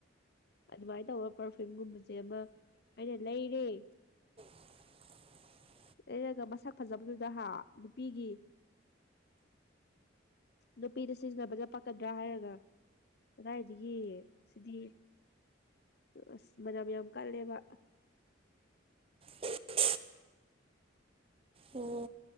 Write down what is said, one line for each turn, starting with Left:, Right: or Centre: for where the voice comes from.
Left: ꯑꯗꯨꯃꯥꯏꯅ ꯇꯧꯕ ꯄꯔꯐꯤꯝꯒꯨꯝꯕꯖ‌ꯦ ꯑꯃ ꯑꯩꯅ ꯂꯩꯔꯦ
Right: <inaudible>
Left: ꯂꯩꯔꯒ ꯃꯁꯛ ꯐꯖꯕꯗꯨꯗ ꯍꯥ ꯅꯨꯄꯤꯒꯤ ꯅꯨꯄꯤꯗ ꯁꯤꯖꯤꯟꯅꯕꯗ ꯄꯥꯛ ꯀꯗ꯭ꯔꯥ ꯍꯥꯏꯔꯒ ꯀꯗꯥꯏꯗꯒꯤ ꯁꯤꯗꯤ ꯑꯁ ꯃꯅꯝ ꯌꯥꯝ ꯀꯜꯂꯦꯕ
Right: <unintelligible> ꯑꫭ